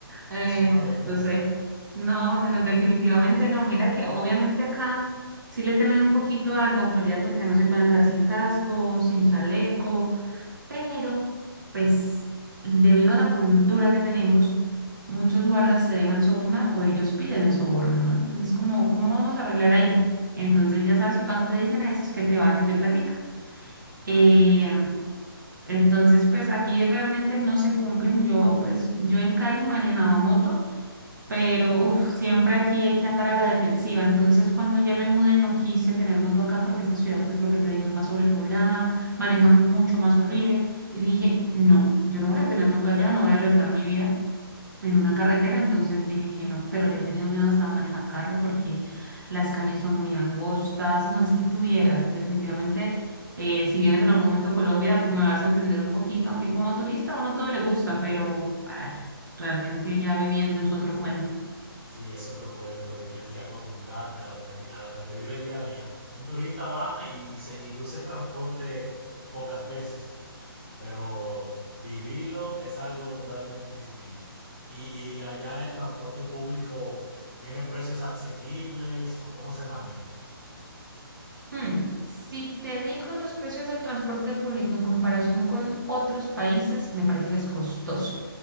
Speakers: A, on the right; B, on the right.
A: Eh,
B: Es una locura.
A: no sé. No, de- definitivamente no. Mira que obviamente acá sí le temen un poquito a la autoridad porque acá no se puede andar sin casco, sin chaleco. pero pues debido a la cultura que tenemos, muchos guardas se dejan sobornar o ellos piden el soborno, ¿no? Entonces, como, ¿cómo vamos a arreglar ahí? Entonces, ya sabes que cuando te dicen eso es que te bajes de platica.
B: Ay,
A: Eh,
B: ay,
A: entonces, pues aquí realmente no se cumplen. Yo, pues, yo en Cali manejaba moto pero uf, siempre aquí hay que andar a la defensiva. Entonces, cuando ya me mudé, no quise tener moto acá porque esta ciudad, pues lo que te digo, es más sobrepoblada, manejan mucho más horrible. Y dije, no, yo no voy a tener moto allá, no voy a arriesgar mi vida en una carretera. Entonces dije que no, pero le he tenido miedo hasta a manejar carro porque las calles son muy angostas. No, es que tuvieras, definitivamente. eh, si vienes en algún momento a Colombia, me vas a entender un poquito, aunque como turista a uno todo le gusta, pero ay, realmente ya viviendo es otro cuento.
B: Sí, es otro cuento, porque tienes que acostumbrarte a lo que, vi- a lo que se vive día a día. Un turista va y, y se, y usa el transporte pocas veces, pero vivirlo es algo totalmente distinto. Y, y allá el transporte público tiene precios asequibles o cómo se maneja.
A: Hmm, Si te digo los precios del transporte público en comparación con otros países, me parece que es costoso.